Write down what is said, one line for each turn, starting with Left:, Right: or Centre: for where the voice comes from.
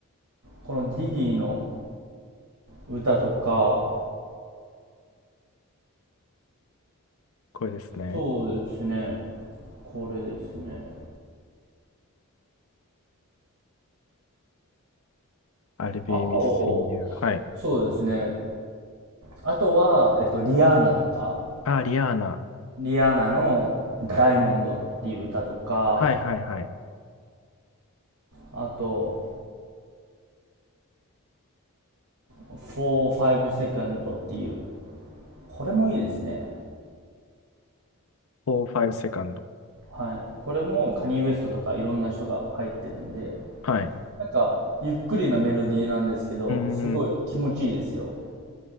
Right: このディディの歌とか、
Left: これですね。
Right: そうですね、これですね。
Left: I'll be
Right: あと、
Left: missing you. はい。
Right: そうですね、あとは、えっと、リアーナとか、
Left: あ、リアーナ。
Right: リアーナのダイモンドっていう歌とか、
Left: はいはいはい。
Right: あと、45セカンドっていうこれもいいですね
Left: 4、5セカンド。
Right: はいこれもカニウエストとかいろんな人が入ってるんで
Left: はい。
Right: なんかゆっくりなメロディーなんですけどすごい気持ちいいですよ
Left: うーん。